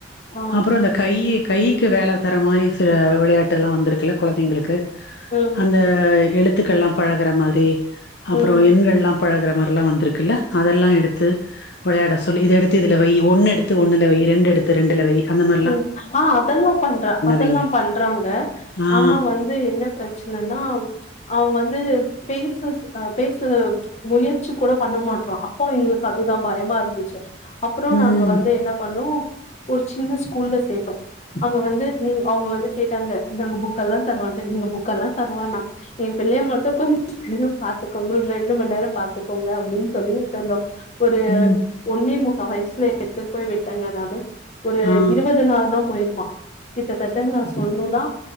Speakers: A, on the left; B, on the left.
A: ஆ
B: அப்றோ இந்த கை கைக்கு வேல தர மாரி சில வெளையாட்டு எல்லா வந்துருக்குல்ல கொழந்தைங்களு
A: ம்
B: அந்த எழுத்துக்கள்லா பழகுற மாரி அப்றோ
A: ம்
B: எண்கள்லா பழகுற மாரிலா வந்துருக்குல்ல அதெல்லா எடுத்து விளையாட சொல்லி இத எடுத்து இதுல வை ஒன்னு எடுத்து ஒன்னுல வை ரெண்டு எடுத்து ரெண்டுல வை அந்த மா
A: ம் ஆ அதல்லா பண்ற அதல்லா
B: வைங்க
A: பண்றாங்க
B: ஆ
A: ஆனா வந்து என்ன பிரச்சனன்னா அவ வந்து பேசஸ் பேச முயற்சி கூட பண்ண மாட்றா அப்போ எங்களுக்கு அதுதா பயமா இருந்துச்சு அப்றோ
B: ம்
A: நாங்க வந்து என்ன பண்ணோ ஒரு சின்ன ஸ்கூல்ல சேத்தோ அங்க வந்து நீங் அவங்க வந்து கேட்டாங்க நாங்க புக்கல்லா தர மாட்டோ நீங்க புக்கல்லா தரவானா எ பிள்ளைய மட்டு கொஞ்ச நேரம் பாத்துக்கோங்க ஒரு ரெண்டு மண்நேரம் பாத்துக்கோங்க அப்டின் சொல்லி ட்டோனே ஒரு
B: ம்
A: ஒன்னே முக்கா வயஸ்ல எடுத்துட்டு போய் விட்டேங்க நானு ஒரு
B: ஆ
A: இருவது நாள் தா போய் இருப்பான் கிட்டத்தட்ட நா சொல்ணுனா